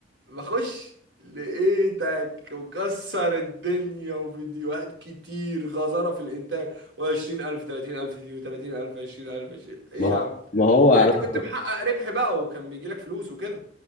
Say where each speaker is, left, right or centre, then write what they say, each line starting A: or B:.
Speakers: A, on the right (about 75°); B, on the left (about 45°).
A: بخش لقيتك مكسر الدنيا وفيديوهات كتير غزارة في الانتاج و20000 30000 فيو 30000 20000 20 ايه
B: ما
A: يا عم
B: ما هو
A: يعني
B: انا
A: انت كنت محقق ربح بقى وكان بيجيلك فلوس وكده